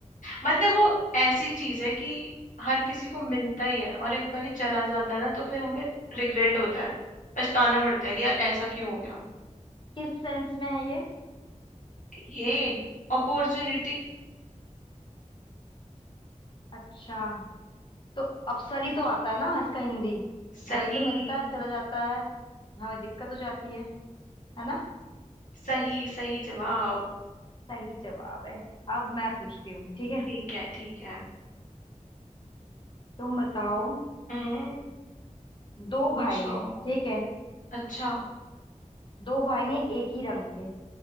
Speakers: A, on the left; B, on the left.
A: मतलब वो ऐसी चीज है कि हर किसी को मिलता ही है और एक बार ही चला जाता है ना तो फिर हमें रिग्रेट होता है पछताना पड़ता है कि यार ऐसा क्यों हो गया
B: किस सेंस में है ये
A: ये अपॉर्चुनिटी
B: अच्छा तो अप्सरी तो आता है ना इसका हिंदी
A: सही
B: वही तो मिलता है चला जाता है हमें दिक्कत हो जाती है है ना
A: सही सही जवाब
B: सही जवाब है अब मैं पूछती हूँ ठीक है
A: ठीक है ठीक है
B: तुम बताओ
A: हम्म
B: दो
A: पूछो
B: भाई हैं ठीक है
A: अच्छा
B: दो भाई हैं एक ही रंग के